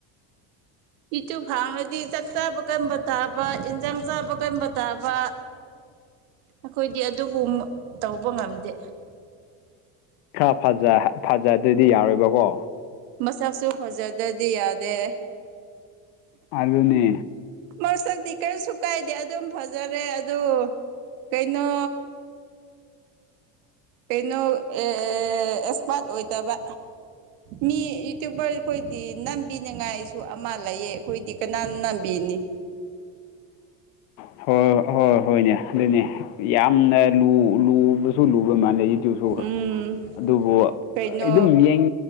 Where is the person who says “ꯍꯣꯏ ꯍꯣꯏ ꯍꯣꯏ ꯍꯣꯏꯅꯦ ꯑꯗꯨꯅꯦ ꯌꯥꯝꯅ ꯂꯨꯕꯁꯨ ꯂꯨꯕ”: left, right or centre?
Left